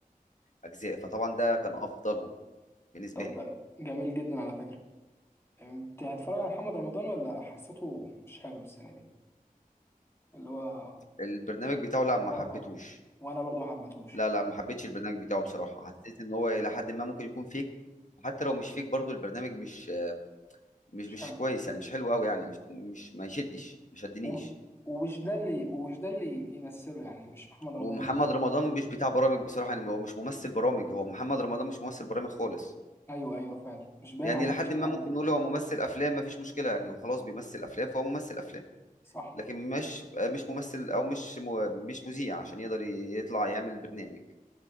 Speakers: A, on the left; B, on the left.
A: أجزاء فطبعا ده كان أفضلهم بالنسبة
B: ده
A: لي
B: جميل جدا على فكره انت هتتفرج على محمد رمضان ولا حسيته مش حلو السنه دي اللي هو اه
A: البرنامج بتاعه لا ما
B: اه
A: حبيتهوش
B: وانا برضو ما حبيتهوش
A: لا لا ما حبيتش البرنامج بتاعه بصراحة حسيت إن هو إلى حد ما ممكن يكون فيك وحتى لو مش فيك برضو البرنامج مش مش
B: مش
A: مش
B: حلو
A: كويس يعني مش حلو قوي يعني مش مش ما يشدش ما شدنيش
B: و- ومش ده اللي ومش ده اللي يمثله يعني مش محمد رمضان
A: ومحمد
B: اللي يعمله
A: رمضان مش بتاع برامج بصراحة يعني هو مش ممثل برامج هو محمد رمضان مش ممثل برامج خالص
B: ايوه ايوه فعلا مش باين
A: يعني
B: عليه
A: لحد
B: مش
A: ما
B: لاقي
A: ممكن
B: عليه
A: نقول هو ممثل أفلام مفيش مشكلة يعني هو خلاص بيمثل أفلام فهو ممثل أفلام
B: صح
A: لكن مش مش ممثل أو مش مو- مش مذيع عشان يقدر يطلع يعمل برنامج